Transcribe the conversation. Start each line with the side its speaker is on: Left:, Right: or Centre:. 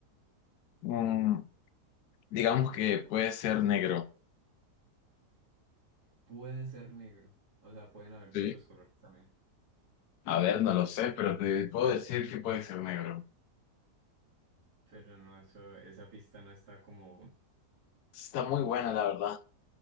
Left: Mm, digamos que puede ser negro.
Right: Puede ser negro. O sea, pueden haber de
Left: Sí.
Right: otros colores también.
Left: A ver, no lo sé, pero te puedo decir que puede ser negro.
Right: Pero no, eso, esa pista no está como...
Left: Está muy buena, la verdad.